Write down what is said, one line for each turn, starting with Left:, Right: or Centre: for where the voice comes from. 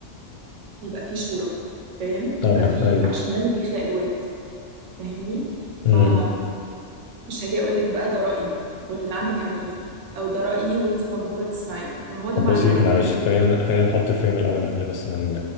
Right: يبقى في شورى فاهم
Left: طبعا
Right: يبقى في
Left: أيوه
Right: عشان ده اللي بيخلق الود فاهمني فمش
Left: امم
Right: هاجي أقولك بقى ده رأيي واللي عندك اعمليه أو ده رأيي وأنت مجبورة تسمعيه ما هو ده
Left: طب
Right: معنى
Left: بصي معلش
Right: الكلام اللي
Left: خلينا
Right: أنت بتقوله
Left: خلينا نحط فريم الأول قبل بس من